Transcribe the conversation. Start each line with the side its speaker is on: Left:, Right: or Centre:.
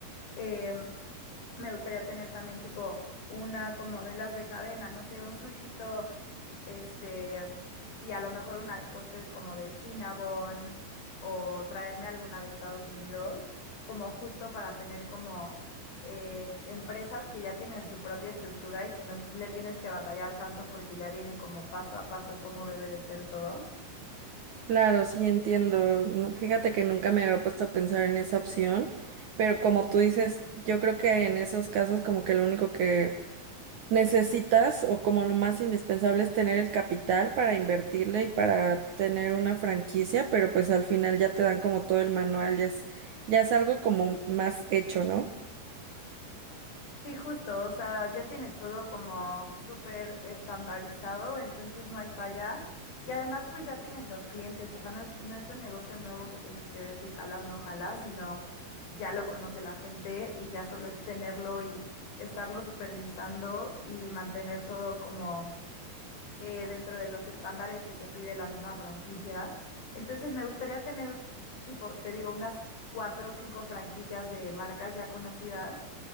Left: eh, me gustaría tener también tipo una como de las de cadenas, no sé, un sushito, este, y a lo mejor una de postres como de Cinnabon o traerme alguna de Estados Unidos, como justo para tener como eh, empresas que ya tienen su propia estructura y que no le tienes que batallar tanto porque ya viene como paso a paso cómo debe de ser todo.
Right: Claro, sí entiendo. No, Fíjate que nunca me había puesto a pensar en esa opción, pero como tú dices, yo creo que en esos casos como que lo único que necesitas o como lo más indispensable es tener el capital para invertirle y para tener una franquicia, pero pues al final ya te dan como todo el manual, ya es, ya es algo como más hecho, ¿no?
Left: Sí, justo, o sea, ya tienes todo como súper estandarizado, entonces no hay falla. Y además, pues ya tienes los clientes, o sea, no es, no es un negocio nuevo que tienes que ver si jala o no jala, sino ya lo conoce la gente y ya solo es tenerlo y estarlo supervisando y mantener todo como eh, dentro de los estándares que te pide la misma franquicia. Entonces, me gustaría tener, tipo, te digo, unas cuatro o cinco franquicias de marcas ya conocidas